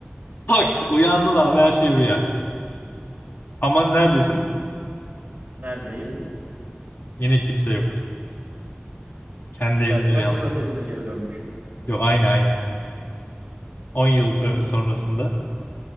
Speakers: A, on the left; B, on the right.
A: Tak, uyandın abi her şey rüya. Aman neredesin?
B: Neredeyim?
A: Yine kimse yok. Kendi
B: Güzel.
A: evinde
B: Kaç
A: uyanmışsın.
B: yıl öncesine geri dönmüşüm.
A: Yo aynı aynı. 10 yıl ö, sonrasında.